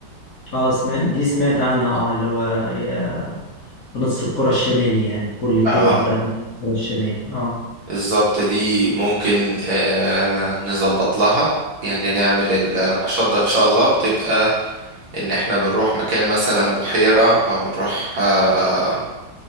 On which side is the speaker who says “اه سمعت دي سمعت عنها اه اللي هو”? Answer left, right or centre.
Left